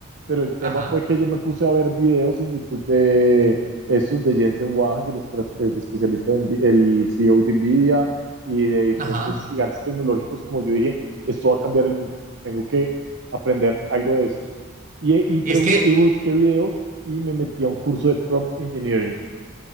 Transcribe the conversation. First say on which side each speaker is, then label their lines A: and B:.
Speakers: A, on the right; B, on the right.
A: pero el tema
B: Ajá,
A: fue que yo me puse a ver videos en YouTube de estos de Jensen Huang, el, espe- el especialista de Nvi- el CEO de Nvidia y de diferentes
B: ajá.
A: gigantes tecnológicos, como yo dije, esto va a cambiar el mundo, tengo que aprender algo de eso. Y, y, pregun-
B: Y es que,
A: y busqué videos y me metí a un curso de prompt engineering.